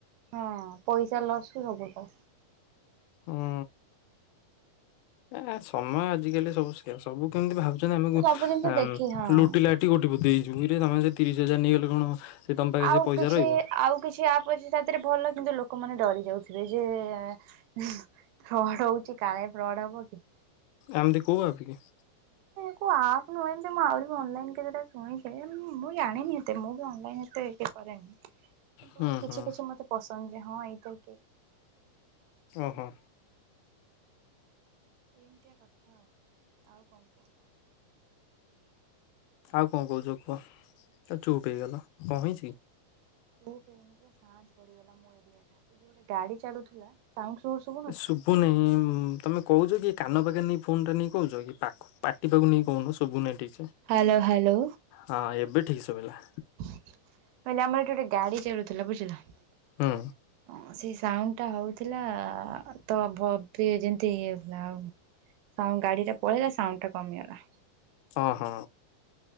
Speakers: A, on the right; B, on the left.
A: ହଁ ପଇସା ଲସ୍ କୁ ସବୁ ଲସ୍।
B: ହୁଁ ଏ ସମୟ ଆଜିକାଲି ସବୁ ସବୁ କେମିତି ଭାବୁଛନ୍ତି ଆମକୁ
A: ତ ସବୁ ଜିନିଷ
B: କେମ
A: ଦେଖି ହଁ
B: ଲୁଟି ଲାଟି ତୁ କୋଟିପତି ହେଇଯିବୁ। ଆମେ ସେ ତିରିଶ ହଜାର ନେଇଗଲେ କଣ ସେ ତମ ପାଖେ
A: ଆଉ
B: ସେ ପଇସା
A: କିଛି
B: ରହିବ
A: ଆଉ କିଛି ଆ ପ ଅଛି ଜଉଟା ଭଲ, କିନ୍ତୁ ଲୋକମାନେ ଡରି ଯାଉଥିବେ ଯେ ଫ୍ରଡ ହଉଚି। କାଳେ ଫ୍ରଡ ହବ କି।
B: ଆଉଗୋଟେ କଉ ଆପ କି?
A: କୋଉ ଆପ ନୁହେ ଯେ ମୁଁ ଆହୁରି ବି ଅନଲାଇନ୍ କେତେଟା ଶୁଣିଛି। ମୁଁ ଜାଣିନି ଏତେ, ମୁଁ ବି ଅନଲାଇନ ଏତେ କରେନି, କିନ୍ତୁ
B: ହୁଁ
A: କିଛି
B: ହୁଁ
A: କିଛି ମତେ ପସନ୍ଦ ଯେ ହଁ ଏଇ ତ
B: ଓହୋ।
A: ଏମିତିଆ କଥା ଆଉ। ଆଉ କଣ କୁହ କଣ?
B: ଆଉ କଣ କହୁଚ କୁହ? ଆଉ ଚୁପ୍ ହେଇଗଲ, କଣ ହେଇଛି କି?
A: ଚୁପ୍ ହେଇନି ବେ ଶାନ୍ତ ପଡିଗଲା ମୋ ଏରିଆ ଟା। ଏଇ ଯଉ ଗୋଟେ ଗାଡି ଚାଲୁଥିଲା ସାଉଣ୍ଡ ସ୍ଲୋ ଶୁଭୁ
B: ଶୁଭୁ ନାହିଁ। ତମେ କହୁଛ କି କାନ ପାଖରେ ନେଇ ଫୋନ ଟା ନେଇ କହୁଛ କି? ପାଖ ପାଟି ପାଖକୁ ନେଇ କହୁନ ସବୁ ନାହିଁ ଠିକସେ।
A: Hello, hello.
B: ହଁ, ଏବେ ଠିକ ଶୁଭିଲା।
A: ମୁଁ କହିଲି ଆମର ଏଠି ଗୋଟେ ଗାଡି ଚାଲୁଥିଲା, ବୁଝିଲ? ହଁ,
B: ହୁଁ
A: ସେ ସାଉଣ୍ଡ ଟା ହଉଥିଲା ତ ଯେମତି ଇଏ ହେଥିଲା ଆଉଣ୍ଡ ଗାଡି ଟା ପଳେଇଲା ସାଉଣ୍ଡ ଟା କମିଗଲା। <unintelligible>
B: ଓହୋ।